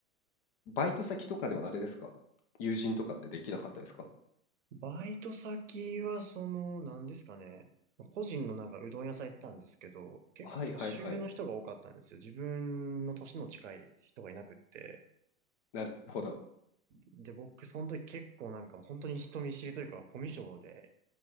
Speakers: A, on the left; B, on the right.
A: バイト先とかではあれですか友人とかってできなかったですか
B: バイト先は、その、何ですかね。個人のなんかうどん屋さん行ったんですけど、結構年上の人が多かったんですよ。
A: はいはいはい。
B: 自分の年の近い人がいなくって。
A: なるほど。
B: で、僕、その時結構なんかもう本当に人見知りというか、コミュ障で、